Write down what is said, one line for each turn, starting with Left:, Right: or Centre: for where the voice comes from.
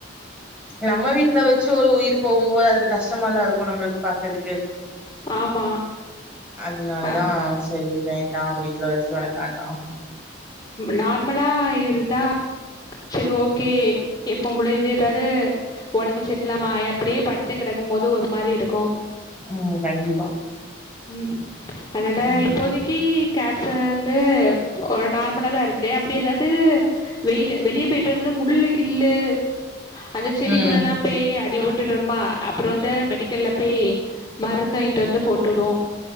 Centre: நம்ம வீட்டுல வச்சு ஒரு உயிர் போகும்போது அதுல கஷ்டமால்லா இருக்கும் நம்மளுக்கு பாக்குறதுக் க்கு
Left: ஆமா
Centre: அதனாலதா
Left: அ
Centre: சரி வேண்டா வீட்டுல வச்சு வளர்க்காண்டான்
Left: நார்மலா இருந்தா சரி ஓகே எப்பம்போள இது ஏதாது உடம்பு சரியலாமா ஆயி அப்பிடே படுத்தே கிடக்கும் போது ஒரு மாரி இருக்கும்
Centre: உம் கண்டிப்பா
Left: உம் அதனால
Centre: ம்
Left: இப்போதைக்கு கேட்ஸ் வந்து ஒரு நார்மலா தா இருக்கு அப்படி எதாதுவெயிலு வெளியே போய்டிட்டு வந்து முள்ளு கில்லு அந்த செடிக்குள்ள
Centre: ம்
Left: எல்லாம் பே அடி டுட்டு வருமா அப்புறம் வந்து மெடிக்கல்ல பேய் மருந்துவாய்ண்ட்டு வந்து போட்டொவோம்